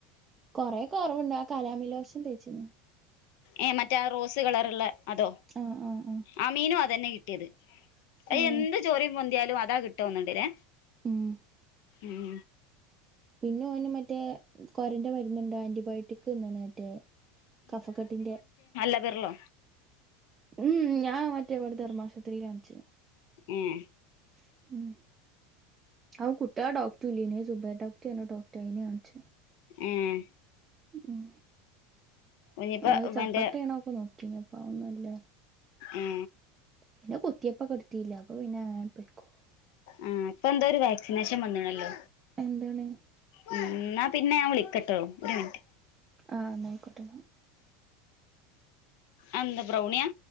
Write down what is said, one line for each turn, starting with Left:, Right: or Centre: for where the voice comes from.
Right: കൊറേ കുറവുണ്ട്. ആ കലാമിൻ ലോഷൻ തേച്ച്.
Left: ഏഹ് മറ്റേ റോസ് കളറുള്ള അതോ.
Right: ആ ആ ആ
Left: ആമീനും അതന്നെ കി ട്ടിയത്. അയ്
Right: ഏ
Left: എന്ത് ചൊറി പൊന്തിയാലും അതാ കിട്ടുവോന്നുണ്ട്ലേ.
Right: ഉം
Left: ഉം
Right: പിന്നെ ഓന് മറ്റേ കൊരന്റെ മരുന്നുണ്ട്. ആന്റിബയോട്ടിക് തന്നേണ് മറ്റേ കഫക്കെട്ടിന്റെ.
Left: അതരൊള്ളു.
Right: ഉം ഞാൻ മറ്റേ ഇവിടെ ധർമ്മാ ആശുപത്രിയിലാ കാണിച്ചേ.
Left: ഏഹ്.
Right: <inaudible> അവു കുട്ടികളുടെ ഡോക്ടറില്ലേനു ഈ സുബൈർ ഡോക്ടറു പറഞ്ഞു ഡോക്ടറിനേയാ കാണിച്ചേ.
Left: ഏഹ്
Right: ഉം
Left: കുഞ്ഞിപ്പ
Right: അത് ചപ്പട്ടയാണൊക്കെ
Left: മറ്റേ
Right: നോക്കിനി അപ്പൊ ഒന്നും ഇല്ല.
Left: ഏഹ്.
Right: പിന്നെ കുത്തിയപ്പൊക്കെ എടുത്തീല്ല. അപ്പൊ പിന്നെ അങ്ങനങ്ങട് പൊയ്ക്കോ.
Left: ആഹ് ഇപ്പൊ എന്തൊരു വാക്സിനേഷൻ വന്നേണല്ലോ.
Right: എന്താണ്
Left: ഉമ് ന്നാ പിന്നെ ഞൻ വിളിക്കട്ടോ ഒരു മിനിറ്റ്
Right: ആഹ ന്നയിക്കോട്ടാ ന്നാ
Left: അയ്ന്ത ബ്രൗണിയാ